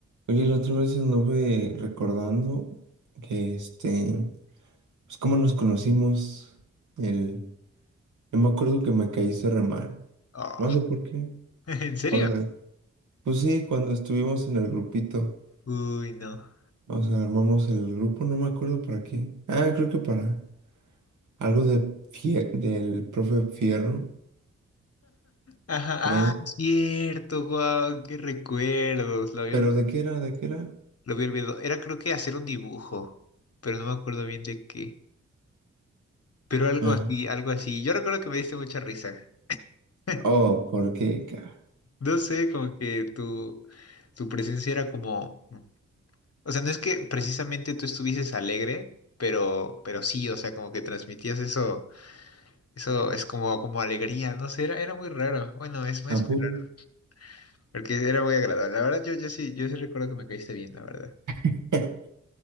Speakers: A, on the right; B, on the left.
A: Oye, la otra vez anduve recordando que este, pues cómo nos conocimos, el, yo me acuerdo que me caíste re mal,
B: Ah,
A: no sé por qué,
B: <laughs> ¿en serio?
A: o sea, pues sí, cuando estuvimos en el grupito,
B: Uy, no.
A: o sea, armamos el grupo, no me acuerdo para qué, ah, creo que para algo de fie- del profe Fierro,
B: Ajá,
A: creo,
B: ah, cierto, guau, qué recuerdos. Lo había,
A: pero
B: ol-
A: ¿de qué era? ¿De qué era?
B: lo había olvidado. Era creo que hacer un dibujo, pero no me acuerdo bien de qué. Pero algo
A: Ah,
B: así, algo así. Yo recuerdo que me diste mucha risa. <laughs>
A: oh, ¿por qué, ca-
B: No sé, como que tu, tu presencia era como, o sea, no es que precisamente tú estuvieses alegre, pero, pero sí, o sea, como que transmitías eso, eso es como, como alegría, no sé, era, era muy raro. Bueno, es, es
A: ¿A
B: muy
A: poco?
B: raro. Porque era muy agradable. La verdad, yo, yo sí, yo sí recuerdo que me caíste bien, la verdad.
A: <laughs>